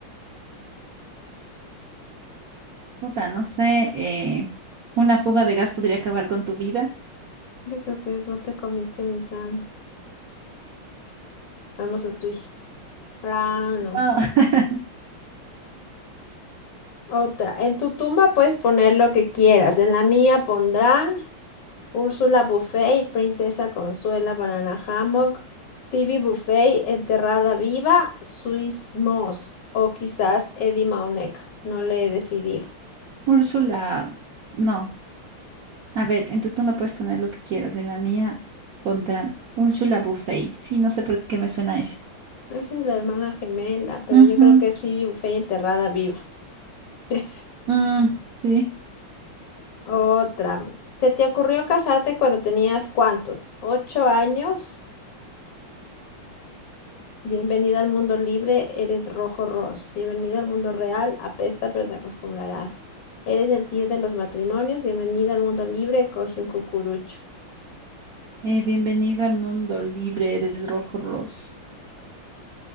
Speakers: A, on the right; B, on the left.
A: Puta, no sé. eh, una fuga de gas podría acabar con tu vida.
B: Yo creo que es no te comiste mi sándwich. Vamos la tuya. Ah, no.
A: No. <laughs>
B: Otra. En tu tumba puedes poner lo que quieras. En la mía pondrán Úrsula Buffet y Princesa Consuela Banana Hammock, Phoebe Buffet enterrada viva, Swiss Moss o quizás Eddie Mauneck. No le he decidido.
A: Úrsula, no. A ver, entonces tú me puedes poner lo que quieras. En la mía pondrán Úrsula Buffet. Sí, no sé por qué me suena ese.
B: Esa es la hermana gemela, pero
A: Ujú.
B: yo creo que es Phoebe Buffet enterrada viva. <laughs> Esa.
A: Mm, sí.
B: Otra. ¿Se te ocurrió casarte cuando tenías cuántos? ¿Ocho años? Bienvenido al mundo libre, eres rojo ros. Bienvenido al mundo real, apesta pero te acostumbrarás. Eres el tío de los matrimonios, bienvenido al mundo libre, coge un cucurucho.
A: Eh, bienvenido al mundo libre, eres rojo ros.